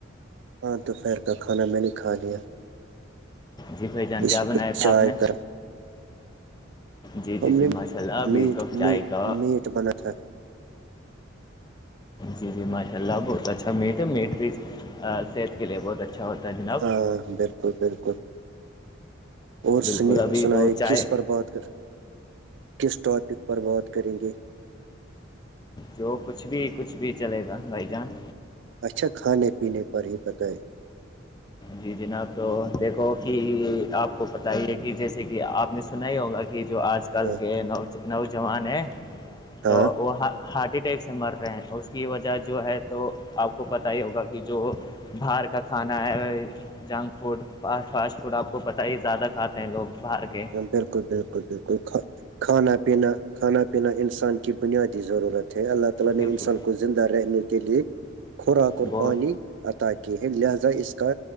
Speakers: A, on the right; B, on the left.
A: پانچ دوپہر کا کھانا میں نے کھا لیا
B: جی بھائی جان
A: اس
B: کیا
A: وقت
B: بنایا تھا
A: چائے
B: آپ نے
A: کر
B: جی جی
A: ا
B: جی ماشاء اللہ اب
A: میٹ
B: یہ سب چائے کا
A: میٹ بن تھا
B: جی جی ماشاء اللہ بہت اچھا میٹ ہے میٹ بھی صحت کے لیے بہت اچھا ہوتا ہے جناب
A: ہاں بالکل بالکل اور
B: بالکل ابھی
A: سنائے
B: تو چائے
A: کس پر بات کر کس ٹاپک پر بات کریں گے
B: جو کچھ بھی کچھ بھی چلے گا بھائی جان
A: اچھا کھانے پینے پر ہی بتائے
B: جی جناب تو دیکھو کہ آپ کو پت ہی ہے کہ جیسے کہ آپ نے سنا ہی ہوگا کہ کہ جو آج کل
A: ہاں
B: کے نوجوان ہیں تو
A: ہاں
B: وہ ہارٹ اٹیک سے مر رہے ہیں اس کی وجہ جو ہے تو آپ کو پتتاہ ہی ہوگا کہ جو باہر کا کھانا ہے جنک فوڈ فاسٹ فوڈ آپ کو پتہ ہی زیادہ کھاتے ہیں لوگ باہر کے
A: بالکل بالکل بالکل کانہ پینا کھانا پینا انسان کی بنیادی ضرورت ہے اللہ تعالی
B: بالکل
A: نے انسان کو زندہ رہنے کے لیے خوراک اور
B: بہت
A: پانی عطا کی ہیں لہذا اس کا